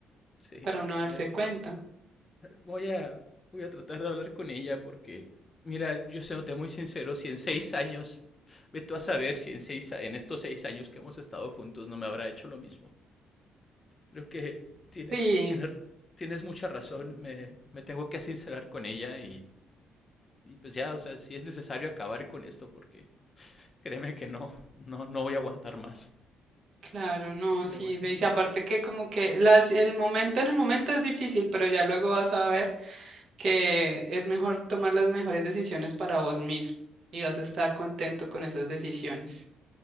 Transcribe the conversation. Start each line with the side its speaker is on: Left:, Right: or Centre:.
Left: sí.
Right: para uno darse
Left: Eh,
Right: cuenta.
Left: voy a, voy a tratar de hablar con ella porque, mira, yo se muy sincero, si en seis años, ve tú a saber si en, seis, en estos seis años que hemos estado juntos no me habrá hecho lo mismo. Creo que tienes,
Right: Sí,
Left: tienes, tienes mucha razón, me, me tengo que sincerar con ella y, y pues ya, o sea, si es necesario acabar con esto porque Créeme que no, no, no voy a aguantar más.
Right: claro, no,
Left: No voy
Right: sí,
Left: a aguantar
Right: lo hice.
Left: más.
Right: Aparte que como que las, el momento en el momento es difícil, pero ya luego vas a ver que es mejor tomar las mejores decisiones para vos mismo y vas a estar contento con esas decisiones.